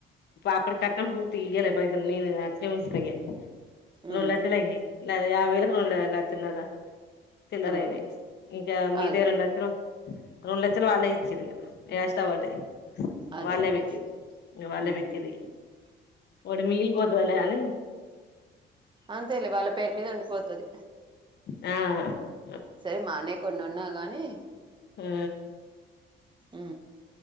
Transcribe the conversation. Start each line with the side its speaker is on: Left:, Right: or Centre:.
Left: అప్పుడు కట్టనం పూర్తి ఇయ్యలే పైసలు నేను అట్ ఉంచయ
Right: ఉమ్
Left: రొళతిలవి లే యా వేళకి ఉండద చిన్నదా చిల్లరైనే
Right: ఉమ్
Left: ఇంకా మీదేరు
Right: అదే
Left: ఉన్న రెండు లక్షన వాళ్ళ ఇచ్చిరి ఎస్తా వాడ్డే
Right: అదే
Left: వాళ్ళే
Right: అదే
Left: బెట్టిర్ వాళ్ళే
Right: ఉమ్
Left: బెట్టిర్రి ఓడు మిగిలిపోతాదిలే అని
Right: అంతే లే వాళ్ళ పేరు మీద ఉండిపోతది
Left: యా ఆ
Right: సరే మానేయ్కున్నున్నా గాని
Left: హూ
Right: ఊ